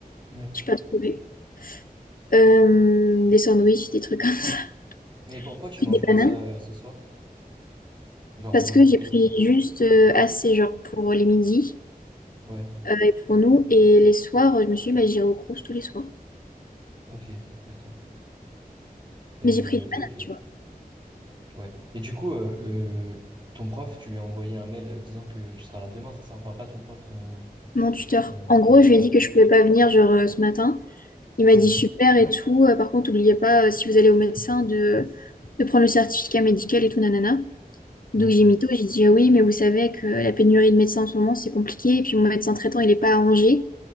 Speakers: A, on the right; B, on the left.
A: Mmh.
B: J'ai pas trouvé. Euh, des sandwichs, des trucs comme ça. <laughs>
A: Mais pourquoi tu
B: Puis
A: manges
B: des
A: pas
B: bananes.
A: ça euh, ce soir? Genre
B: Parce
A: blanc
B: que
A: de poulet,
B: j'ai pris
A: tout ça?
B: juste euh, assez, genre pour les midis
A: Ouais,
B: euh, et pour nous. Et les soirs, euh, je me suis dit, bah, j'irai au Crous tous les soirs.
A: ok, d'accord. Et
B: Mais j'ai pris des
A: ok, ok,
B: bananes, tu vois.
A: ouais. Et du coup, euh, euh, ton prof, tu lui as envoyé un mail euh, disant que tu seras là demain, c'est ça? Enfin, pas ton prof, ton,
B: Mon tuteur,
A: ton,
B: en
A: ton
B: gros, je
A: patron.
B: lui ai dit que je pouvais pas venir, genre euh, ce matin. Il m'a
A: Hmm,
B: dit super et tout. Euh, par contre, n'oubliez pas, euh, si vous allez au médecin, de, de prendre le certificat médical et tout, nanana.
A: hmm.
B: Donc j'ai mytho, j'ai dit Ah oui, mais vous savez que la pénurie de médecins en ce moment, c'est compliqué. Et puis mon médecin traitant, il est pas à Angers.